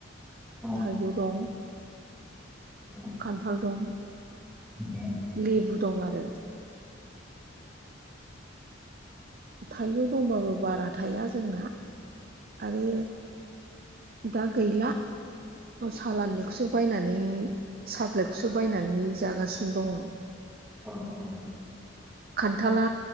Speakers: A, in the centre; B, on the right.
A: जायाखै सिगाङावनो मावो
B: थाजौ दं
A: उम
B: खान्थाल दं।
A: ओमफ्राय
B: लेबु दं आरो। थाइजौ दंबाबो बारा थाया जोंना। आरो दा गैला सालाननिखौसो बायनानै साप्लाइखौसो खो बायनानै जागासिनो दङ।
A: औ औ
B: खान्थाला